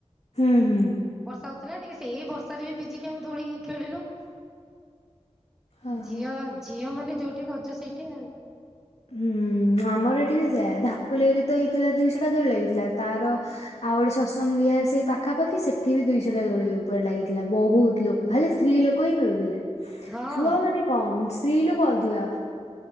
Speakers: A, on the left (about 65°); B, in the centre.
A: ହୁଁ ହୁଁ।
B: ବର୍ଷା ହଉଥିଲା ଟିକେ ସେଇ ବର୍ଷାରେ ବି ଭିଜି କି ଆମେ ଦୋଳି ଖେଳିଲୁ।
A: ଓହୋ।
B: ଝିଅ ଝିଅ ମାନେ ଯୋଉଠି ରଜ ସେଇଠି ଆଉ।
A: ହୁଁ ଆମର ଏଠି ବି ସେୟା ଧାକୁଲେଇରେ ତ ହେଇଥିଲା ଦୁଇଶହଟା ଦୋଳି ଲାଗିଥିଲା ତାର ଆଉ ଗୋଟେ ସତସଙ୍ଗ ବିହାର ସେଇ ପାଖାପାଖି ସେଠି ବି ଦୁଇଶହଟା ଦୋଳି ଉପରେ ଲାଗିଥିଲା ବୋହୁତ ଲୋ ଖାଲି ସ୍ତ୍ରୀ ଲୋକ ହିଁ ଖେଳୁଥିଲେ
B: ହଁ
A: ଛୁଆ ମାନେ କମ୍ ସ୍ତ୍ରୀ ଲୋକ ଅଧିକା।